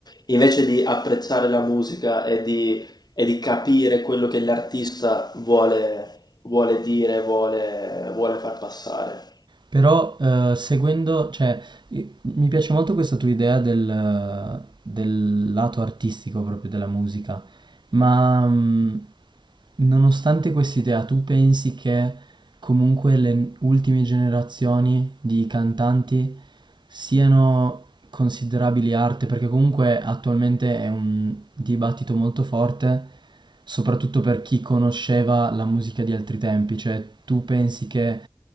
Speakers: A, on the left; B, on the right.
A: invece di apprezzare la musica e di, e di capire quello che l'artista vuole, vuole dire, vuole vuole far passare.
B: Però eh, seguendo, cioè, i- mi piace molto questa tua idea del, del lato artistico proprio della musica, ma mm, nonostante quest'idea, tu pensi che comunque le ultime generazioni di cantanti siano considerabili arte, perché comunque attualmente è un dibattito molto forte, soprattutto per chi conosceva la musica di altri tempi, cioè tu pensi che